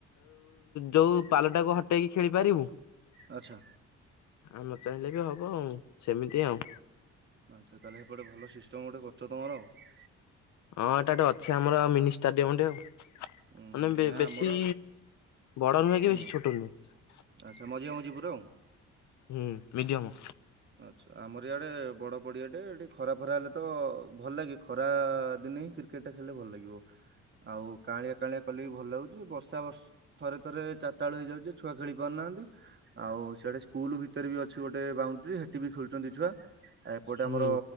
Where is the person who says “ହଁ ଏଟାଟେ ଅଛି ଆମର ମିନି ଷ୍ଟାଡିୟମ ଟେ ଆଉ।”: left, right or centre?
Left